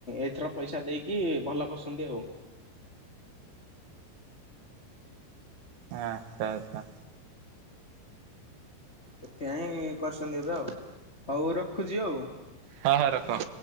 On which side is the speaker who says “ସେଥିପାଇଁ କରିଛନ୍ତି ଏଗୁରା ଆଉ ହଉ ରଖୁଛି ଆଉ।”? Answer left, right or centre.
Left